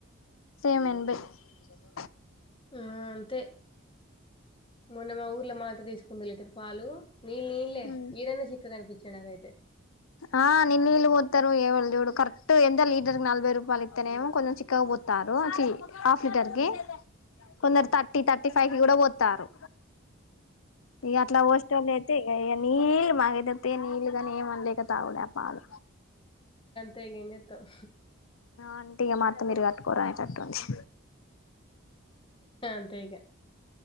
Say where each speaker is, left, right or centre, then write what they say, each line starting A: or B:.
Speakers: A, on the left; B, on the left.
A: సేమ్ ఎన్బై అహ
B: ఆ అంతే మొన్న మా ఊర్లో మాత్త తీసుకుంది లీటర్ పాలు నీళ్ళు నీళ్ళే
A: ఉమ్
B: ఈడన్న చిక్కగని పి చ్చేనాగైతే
A: ఆ నిన్నీ నీల్ పోత్తారు ఏవళ్ చూడు కరెక్ట్ ఎంత లీటర్ కి నలభై రూపాయలు ఇత్తనేమో కొంచెం చిక్కగ పోత్తారు, చి హాఫ్ లీటర్
B: ఉమ్
A: కి కొందరు
B: ఉమ్
A: థర్టీ థర్టీ ఫైవ్ కి కూడా పో తారు ఇగ అట్ల పోసేటోల్ల యితే ఇగ నల్ బగదతి నీల్గాని ఏ అనలేక తాగుడా పాల
B: చే చేత్తావ్
A: అంటీ ఇగ మాత్ర మీరుగాట్టుకోరా చట్టన్ంచి
B: అంతేగా